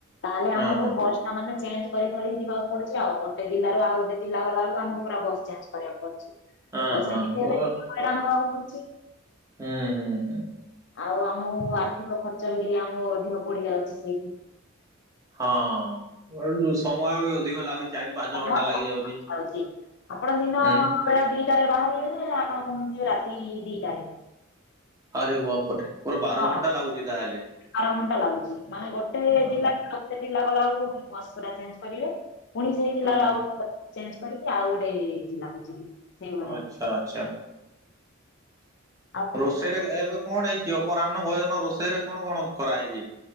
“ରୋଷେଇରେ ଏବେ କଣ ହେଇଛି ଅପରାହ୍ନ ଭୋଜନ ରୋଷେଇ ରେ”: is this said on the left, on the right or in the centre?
Right